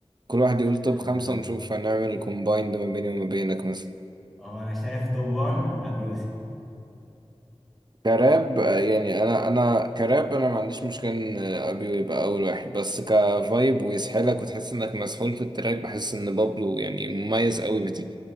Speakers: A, on the right (about 45°); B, in the centre.
A: كل واحد يقول توب
B: آه،
A: خمسة ونشوف هنعمل كومبايند ما بيني وما بينك مثلا
B: هو أنا شايف توب 1 أبي يوسف
A: كراب آه، يعني أنا أنا كراب أنا ما عنديش مشكلة إن آه، أبيو يبقى أول واحد بس كفايب ويسحلك وتحس إنك مسحول في التراك بحس إن بابلو يعني مميز أوي بدي